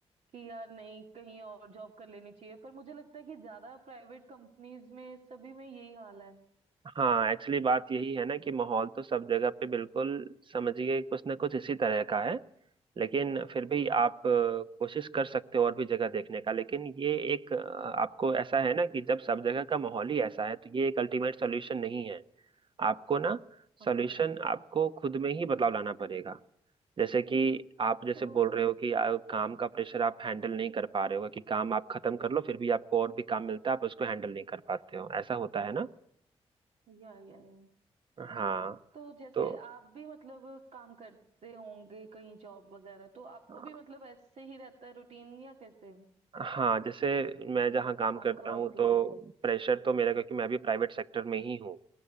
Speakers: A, on the right; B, on the right.
A: कि यार नहीं कहीं और जॉब कर लेनी चाहिए पर मुझे लगता है कि ज्यादा प्राइवेट कंपनीज में सभी में यही हाल है
B: हाँ एक्चुअली बात यही है ना कि माहौल तो सब जगह पे बिल्कुल समझिए कुछ ना कुछ इसी तरह का है लेकिन फिर भी आप अ, कोशिश कर सकते हो और भी जगह देखने का लेकिन ये एक अ, आपको ऐसा है ना कि जब सब जगह का माहौल ही ऐसा है तो ये एक अल्टीमेट सॉल्यूशन नहीं है आपको ना
A: ओके
B: सॉल्यूशन आपको खुद में ही बदलाव लाना पड़ेगा जैसे कि आप जैसे
A: तो
B: बोल रहे हो कि आ- काम का प्रेशर आप हैंडल नहीं कर पा रहे हो कि काम आप खत्म कर लो फिर भी आपको और भी काम मिलता है आप उसको हैंडल नहीं कर पाते हो ऐसा होता है ना
A: या या या
B: हाँ
A: तो जैसे
B: तो
A: आप भी मतलब काम करते होंगे कहीं जॉब वगैरह तो आपको
B: अ,
A: भी मतलब ऐसे ही रहता है रूटीन या कैसे है
B: हाँ जैसे मैं जहाँ काम करता
A: आपका
B: हूँ
A: वर्क लाइफ
B: तो प्रेशर तो मेरा क्योंकि मैं भी प्राइवेट सेक्टर में ही हूँ